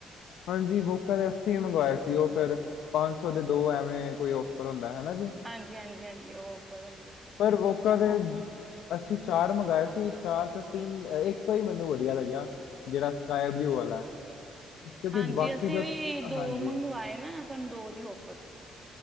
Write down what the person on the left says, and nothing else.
ਹਾਂਜੀ, ਵੋਕਾਂ ਦੇ ਅੱਸੀਂ ਮੰਗਵਾਏ ਸੀ, ਓ ਫੇਰ ਪੰਜ ਸੌ ਦੇ ਦੋ, ਐਵੇਂ ਕੋਈ ਓਪਰ ਹੁੰਦਾ, ਹੈਨਾ ਜੀ
ਪਰ ਵੋਕਾ ਦੇ
ਅਸੀਂ ਚਾਰ ਮੰਗਾਏ ਸੀ। ਚਾਰ ਚ ਤਿੰਨ ਇੱਕੋ ਹੀ, ਮੈਨੂੰ ਵਧੀਆ ਲੱਗ ਆ, ਜੇੜਾ ਸਕਾਏ ਬਲਿਊ ਵਾਲਾ ਕਿਉਂਕਿ
ਬਾਕੀ
ਜੋ
ਹਾਂਜੀ